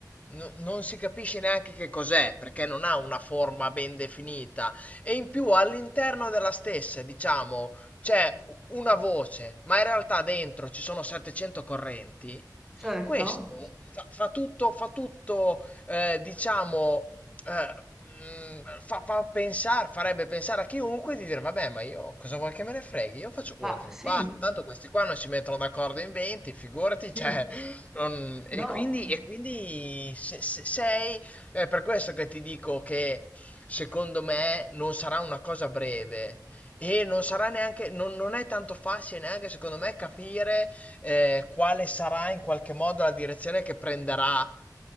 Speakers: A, on the left; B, in the centre.
A: no- non si capisce neanche che cos'è, perché non ha una forma ben definita e in più all'interno della stessa, diciamo, c'è una voce, ma in realtà dentro ci sono 700 correnti,
B: certo.
A: questo fa, fa tutto, fa tutto eh, diciamo, eh, mm, fa, fa pensare, farebbe pensare a chiunque di dire, vabbè, ma io cosa vuoi che me ne freghi? Io faccio quello
B: Ma
A: che mi
B: sì,
A: pare. Tanto questi qua non si mettono d'accordo in 20, figurati,
B: Sì,
A: cioè, non- E
B: no,
A: quindi, e quindi se- se- sei è per questo che ti dico che secondo me non sarà una cosa breve e non sarà neanche, non, non è tanto facile neanche secondo me capire eh, quale sarà in qualche modo la direzione che prenderà.